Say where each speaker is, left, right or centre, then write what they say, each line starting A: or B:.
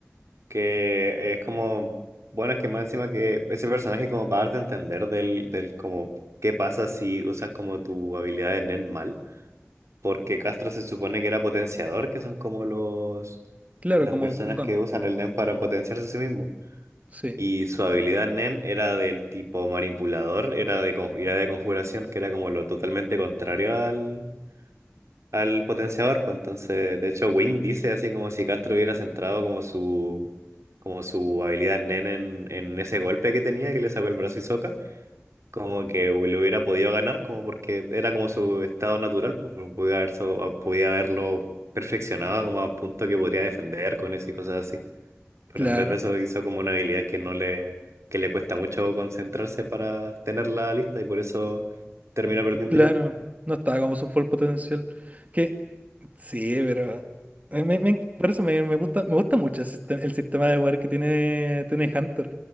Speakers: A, on the right; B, on the right.
A: que es como, bueno, es que más encima que ese personaje como para darte a entender del, del como qué pasa si usas como tu habilidad de Nen mal, porque Castro se supone que era potenciador, que son como los
B: Claro,
A: las
B: como
A: personas
B: Gon.
A: que usan el Nen para potenciarse a sí mismo.
B: Sí.
A: Y su habilidad Nen era del tipo manipulador, era de, con- era de conjuración, que era como lo totalmente contrario al, al potenciador. Pues entonces, de hecho, Wing dice así como si Castro hubiera centrado como su, como su habilidad Nen en, en ese golpe que tenía, que le sacó el brazo y soca, como que hu- le hubiera podido ganar, como porque era como su estado natural, pues, pues, podía haber so- podía haberlo perfeccionado como a punto que podría defender con eso y cosas así. Pero
B: Claro,
A: en vez de eso hizo como una habilidad que no le, que le cuesta mucho concentrarse para tenerla lista y por eso termina perdiendo
B: claro.
A: igual.
B: No estaba como su full potencial. Que. Sí, pero. eh, me- me- por eso me, me gusta, me gusta mucho el sistema, el sistema de poder que tiene, tiene Hunter.